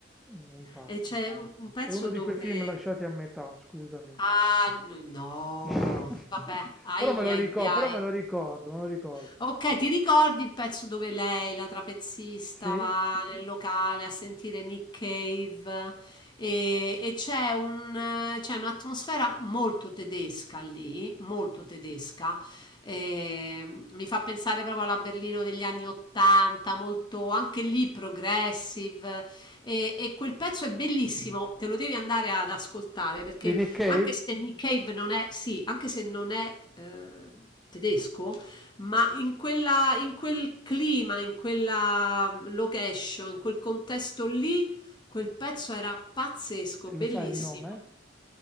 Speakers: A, in the centre; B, on the left.
A: mm, in parte.
B: E c'è un un pezzo
A: È uno
B: dove
A: di quei film lasciati a metà, scusami.
B: Ah, n- no,
A: <laughs>
B: vabbè,
A: Però
B: ai
A: me lo
B: ai
A: ricordo,
B: ai.
A: però me lo ricordo, me lo ricordo.
B: Ok, ti ricordi il pezzo dove lei, la trapezista,
A: Sì?
B: va nel locale a sentire Nick Cave e, e c'è un, eh, c'è un'atmosfera molto tedesca lì, molto tedesca. Eh, mi fa pensare proprio alla Berlino degli anni Ottanta, molto anche lì progressive. E, e quel pezzo è bellissimo, te lo devi andare ad ascoltare perché
A: Di Nick Cave?
B: anche se Nick Cave non è, sì, anche se non è eh, tedesco, ma in, quella, in quel clima, in quella mm, location, in quel contesto lì, quel pezzo era pazzesco,
A: E
B: bellissimo.
A: lo sai il nome?